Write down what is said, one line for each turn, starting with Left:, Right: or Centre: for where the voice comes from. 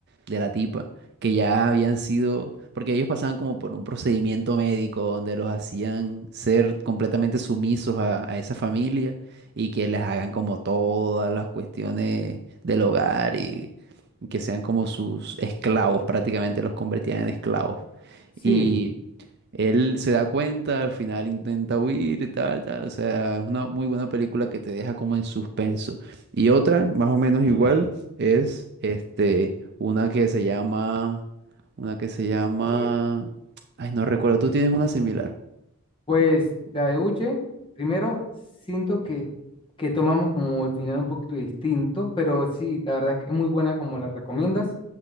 Right: de la tipa, que ya habían sido, porque ellos pasaban como por un procedimiento médico donde los hacían ser completamente sumisos a, a esa familia y que les hagan como todas las cuestiones del hogar y que sean como sus esclavos, prácticamente los convertían en esclavos.
Left: Sí,
Right: Y él se da cuenta, al final intenta huir y tal, tal. O sea, es una muy buena película que te deja como en suspenso. Y otra, más o menos igual, es este, una que se llama, una que se llama, ay, no recuerdo, tú tienes una similar.
Left: pues la de Uche, primero siento que, que tomamos como el final un poquito distinto, pero sí, la verdad es que es muy buena como la recomiendas.